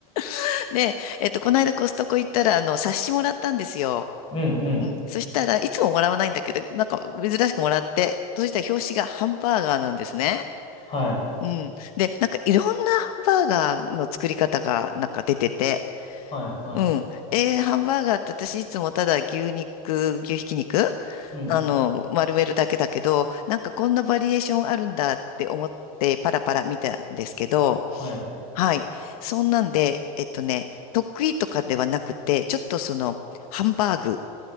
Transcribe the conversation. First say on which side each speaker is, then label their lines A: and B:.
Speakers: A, on the left; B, on the left.
A: <laughs> で、えっと、この間コストコ行ったら、あの、冊子もらったんですよ。
B: うん、うん。
A: うん。そしたらいつももらわないんだけど、なんか珍しくもらって、そしたら表紙がハンバーガーなんですね。
B: はい。
A: うん。で、なんかいろんなハンバーガーの作り方がなんか出てて、
B: はい、は
A: うん。えーハンバーガーって私いつもただ牛肉、牛ひき肉、
B: い。うん。
A: あの、丸めるだけだけど、なんかこんなバリエーションあるんだって思ってパラパラ見たんですけど、
B: はい。
A: はい。そんなんで、えっとね、得意とかではなくて、ちょっとその、ハンバーグ